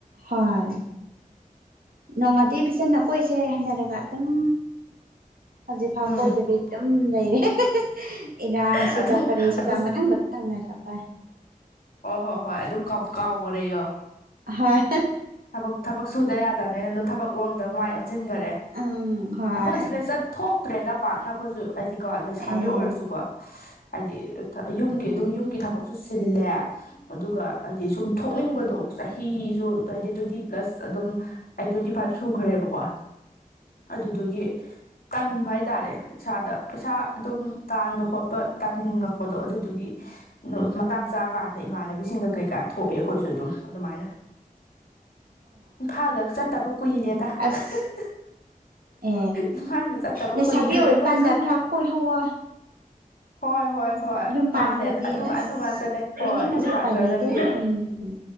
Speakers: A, on the right; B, on the left.
A: ꯍꯣꯏ ꯅꯣꯡꯃꯗꯤ ꯐꯖꯅ ꯀꯣꯏꯁꯦ ꯍꯥꯏꯅꯔꯒ ꯑꯗꯨꯝ ꯍꯧꯖꯤꯛꯐꯥꯎ
B: ꯎꯝ
A: ꯀꯣꯏꯗꯕꯤ ꯑꯗꯨꯝ ꯂꯩꯔꯦ ꯏꯔꯥꯡꯁꯤꯒ
B: ꯑꯗꯨꯝ
A: ꯀꯔꯤꯁꯤꯒ
B: ꯑꯗꯨꯝ
A: ꯃꯊꯪ ꯅꯪꯅ ꯆꯄꯥꯏ
B: ꯍꯣꯏ ꯍꯣ ꯍꯣꯏ ꯑꯗꯨꯝ ꯀꯥꯎ ꯀꯥꯎꯒ꯭ꯔꯦꯌꯣ
A: ꯍꯣꯏ
B: ꯊꯕꯛ ꯊꯕꯛ ꯁꯨꯗ ꯌꯥꯗꯕꯅꯤꯅ ꯑꯗꯨꯝ ꯊꯕꯛ ꯂꯣꯝꯗ ꯃꯥꯏ ꯑꯣꯟꯁꯤꯟꯒꯔꯦ
A: ꯎꯝ ꯍꯣꯏ
B: ꯑꯩꯈꯣꯏꯁꯨꯅꯦ ꯆꯠ ꯊꯣꯛꯇ꯭ꯔꯦꯗ ꯄꯥꯛꯅ ꯑꯩꯈꯣꯏꯁꯨ ꯍꯥꯏꯗꯤꯀꯣ ꯂꯩꯁꯥꯕꯤ
A: ꯑꯦ
B: ꯑꯣꯏꯔꯁꯨꯀꯣ ꯍꯥꯏꯗꯤ ꯑ ꯊ ꯌꯨꯝ ꯒꯤ ꯑꯗꯨꯝ ꯌꯨꯝꯒꯤ ꯊꯕꯛꯁꯨ ꯆꯤꯜꯂꯦ ꯑꯗꯨꯒ ꯍꯥꯏꯗꯤ ꯁꯨꯝ ꯊꯣꯛꯅꯤꯡꯕꯗꯣ ꯆꯍꯤꯖꯨ ꯗꯣ ꯍꯥꯏꯗꯤ ꯇ꯭ꯋꯦꯟꯇꯤ ꯄ꯭ꯂꯁ ꯑꯗꯨꯝ ꯑꯩ ꯇ꯭ꯋꯦꯟꯇꯤ ꯐꯥꯏꯚ ꯁꯨꯈ꯭ꯔꯦꯕꯀꯣ ꯑꯗꯨꯗꯨꯒꯤ ꯇꯟꯕ ꯍꯥꯏꯇꯥꯔꯦ ꯏꯁꯥꯗ ꯄꯩꯁꯥ ꯑꯗꯨꯝ ꯇꯥꯟꯕ ꯈꯣꯠꯄ ꯇꯥꯅꯤꯡꯉꯛꯄꯗꯣ ꯑꯗꯨꯗꯨꯒꯤ ꯗꯣ ꯃꯇꯥꯡ ꯆꯥꯀꯥꯟ ꯑꯗ ꯏꯃꯥꯟꯅꯕꯤꯁꯤꯡꯒ ꯀꯩꯀꯥ ꯊꯣꯛꯑꯦ ꯑꯩꯈꯣꯏꯁꯨ ꯑꯗꯨꯝ ꯑꯗꯨꯃꯥꯏꯅ ꯏꯝꯐꯥꯜꯗ ꯆꯠꯇꯕ ꯀꯨꯏꯔꯦꯗ ꯑꯍꯥ
A: ꯑꯁ
B: ꯍꯥ ꯍꯥ
A: ꯑꯦ
B: ꯏꯝꯐꯥꯜꯗ ꯆꯠꯇꯕ
A: ꯂꯩꯁꯥꯕꯤ
B: ꯀꯨꯏꯈ꯭ꯔꯦ
A: ꯑꯣꯏꯕꯀꯥꯟꯗ
B: ꯑꯩꯈꯣꯏꯁꯨ
A: ꯈꯔ ꯀꯣꯏꯍꯧꯋꯣ
B: ꯍꯣꯏ ꯍꯣꯏ ꯍꯣꯏ
A: ꯌꯨꯝ ꯄꯥꯟꯈ꯭ꯔꯗꯤ
B: ꯃꯥꯅꯦ ꯑꯗꯨ
A: ꯑꯁ
B: ꯑꯗꯨ ꯉꯥꯛꯇꯅꯦ
A: ꯀꯣꯏꯅꯤꯡꯉꯁꯨ
B: ꯍꯣꯏ ꯌꯨꯝ ꯄꯥꯟꯈ꯭ꯔꯒꯗꯤ
A: ꯎꯄꯥꯏ ꯂꯩꯇꯦ ꯎꯝ